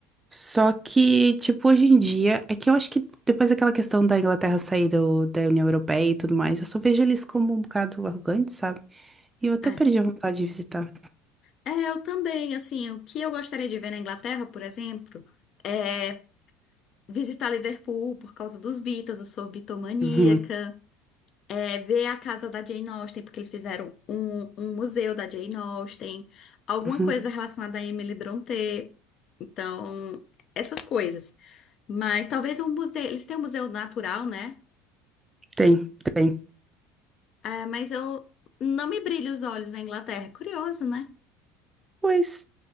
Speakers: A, on the right (about 15°); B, on the left (about 50°).
A: Só que, tipo, hoje em dia, é que eu acho que depois daquela questão da Inglaterra sair do- da União Europeia e tudo mais, eu só vejo eles como um bocado arrogantes, sabe? E eu até
B: É.
A: perdi a vontade de visitar.
B: É, eu também, assim, o que eu gostaria de ver na Inglaterra, por exemplo, é visitar Liverpool por causa dos Beatles, eu sou bitomaníaca.
A: Uhum,
B: É, ver a casa da Jane Austen, porque eles fizeram um, um museu da Jane Austen, alguma
A: uhum.
B: coisa relacionada a Emily Brontë. Então, essas coisas. Mas talvez um museu. Eles têm um museu natural, né?
A: Tem, tem.
B: É, mas eu não me brilho os olhos na Inglaterra. É Curioso, né?
A: Pois.